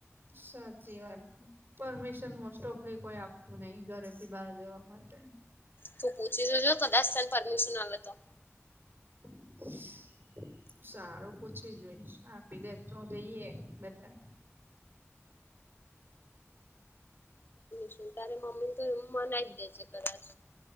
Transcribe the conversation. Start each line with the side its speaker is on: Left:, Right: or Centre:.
Right: સાચી વાત. પરમિશન મોસ્ટઓફ લી કોઈ આપતું નહી ઘરેથી બહાર જવા માટે.
Left: તું પૂછીશ જોતો કદાચ તને પરમિશન આલે તો.
Right: <inaudible> સારું પૂછી જોઈશ આપી દે તો જઈએ બધા.
Left: શું તારે મમ્મી તો એમ મનાઈ જ દે છે કદાચ.